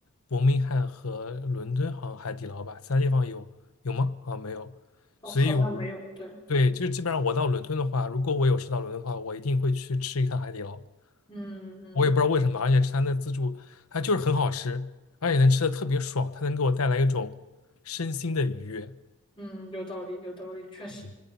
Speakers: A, on the left; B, on the left.
A: 伯明翰和伦敦，好像海底捞吧，其他地方有有吗？好像没有。
B: 哦，
A: 所以我，
B: 好像没有，对，
A: 对，就是基本上我到伦敦的话，如果我有事到伦敦的话，我一定会去吃一趟海底捞。
B: 嗯嗯。
A: 我也不知道为什么，而且吃它的自助，它就是很好吃，而且能吃的特别爽，它能给我带来一种身心的愉悦。
B: 嗯，有道理，有道理，确实，
A: 嗯